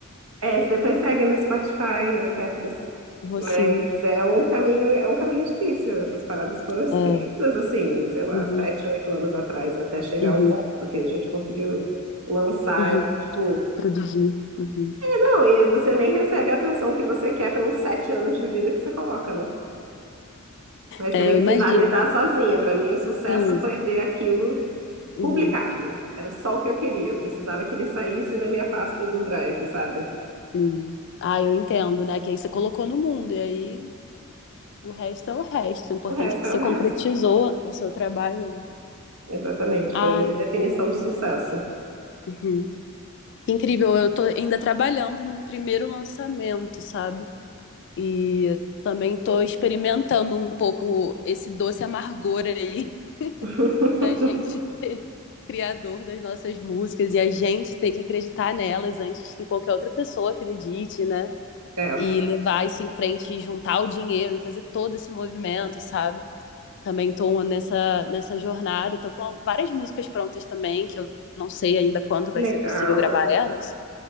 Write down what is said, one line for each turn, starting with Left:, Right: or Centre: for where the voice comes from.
Right: é, você depois segue no Spotify, etc.
Left: Vou
Right: Mas
Left: sim.
Right: é um caminho, é um caminho difícil. Essas paradas foram escritas,
Left: É.
Right: assim, sei lá,
Left: Uhum.
Right: sete, oito anos atrás, até chegar
Left: Uhum.
Right: ao ponto do que a gente conseguiu lançar
Left: Uhum.
Right: e, tipo,
Left: Produzir. Uhum.
Right: é, não, e você nem recebe a atenção que você quer pelos sete anos de vida que você coloca, né? Mas
Left: É,
Right: você tem
Left: eu
Right: que
Left: imagino.
Right: se validar sozinha. Para mim, o sucesso
Left: Sim.
Right: foi ver aquilo
Left: Uhum.
Right: publicado. Era só o que eu queria. Eu precisava que ele saísse da minha pasta do Drive, sabe?
Left: Sim. Ah, eu entendo, né? Que aí você colocou no mundo, e aí o resto é o resto. O importante
Right: O resto
Left: é que
Right: é
Left: você
Right: o resto.
Left: concretizou o seu trabalho, né?
Right: Exatamente.
Left: Ai,
Right: Foi a minha definição de sucesso.
Left: Uhum. Que Incrível, eu tô ainda trabalhando num primeiro lançamento, sabe? E também tô experimentando um pouco esse doce amargor aí
Right: <laughs>
Left: da gente <laughs> ser criador das nossas músicas e a gente ter que acreditar nelas antes que qualquer outra pessoa acredite, né?
Right: É.
Left: E levar isso em frente e juntar o dinheiro e fazer todo esse movimento, sabe? Também tô nessa, nessa jornada, tô com várias músicas prontas também, que eu não sei ainda quando vai
Right: Que legal.
Left: ser possível gravar elas.